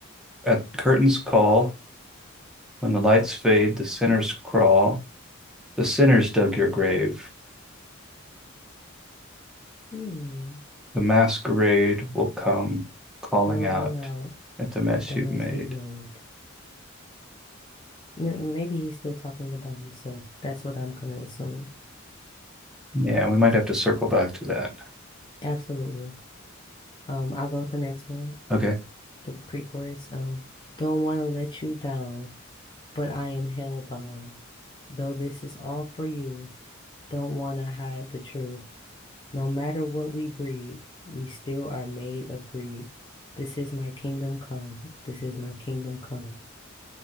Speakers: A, in the centre; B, on the left (about 25°).
A: at curtains call, when the lights fade, the sinners crawl, the sinners dug your grave.
B: Hmm.
A: The masquerade will come calling
B: Calling
A: out
B: out
A: at the mess
B: at the
A: you've
B: mess
A: made.
B: you've made. M maybe he's still talking about himself. That's what I'm gonna assume.
A: Yeah, we might have to circle back to that.
B: Absolutely. Um, I'll go with the next one.
A: Okay.
B: the pre-chorus. Um, don't want to let you down, but I am hellbound. Though this is all for you, don't want to hide the truth. No matter what we breed, we still are made of greed. This is my kingdom come. This is my kingdom come.